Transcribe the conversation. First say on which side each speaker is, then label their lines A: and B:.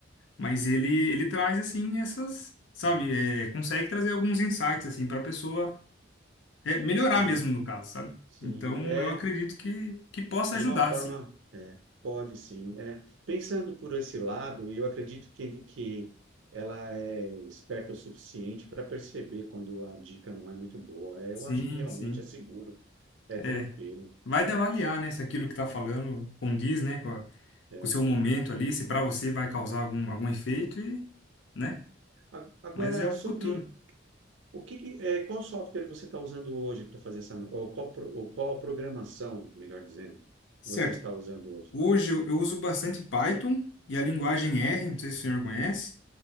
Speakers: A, on the left; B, on the right.
A: Mas ele ele traz assim essas, sabe, é, consegue trazer alguns insights assim para a pessoa é, melhorar
B: sim,
A: mesmo no caso, sabe?
B: sim,
A: Então,
B: é
A: eu acredito que que possa
B: de
A: ajudar,
B: uma forma,
A: assim.
B: é, pode sim. É, pensando por esse lado, e eu acredito que, que ela é esperta o suficiente para perceber quando a dica não é muito boa. É,
A: Sim,
B: eu acho que realmente
A: sim.
B: é seguro, é
A: É,
B: tranquilo.
A: vai de avaliar, né, se aquilo que tá falando condiz, né, com, a- com
B: É,
A: o seu momento ali, se para você vai
B: é
A: causar
B: verdade.
A: algum, algum efeito e, né?
B: A- Agora,
A: Mas é o
B: sobre
A: futuro.
B: o que, que- é, qual software você está usando hoje para fazer essa, ou qual, pro- ou qual programação, melhor dizendo,
A: Certo.
B: você está usando hoje?
A: Hoje eu, eu uso bastante Python e a linguagem
B: Python?
A: R, não sei se o senhor conhece,